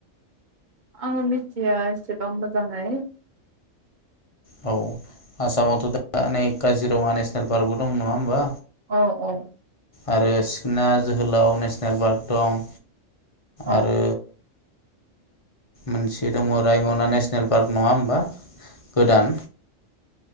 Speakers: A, on the right; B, on the left.
A: आङो मिथिया एसेबां मोजाङै
B: औ आसामाव थ' दा नै काजिरङा नेसनेल पार्क बो दं नङा होमबा?
A: औ औ
B: आरो सिखना जोहोलाव नेसनेल पार्क दं
A: औ
B: आरो मोनसे दङ रायमना नेसनेल पार्क नङा होमबा? गोदान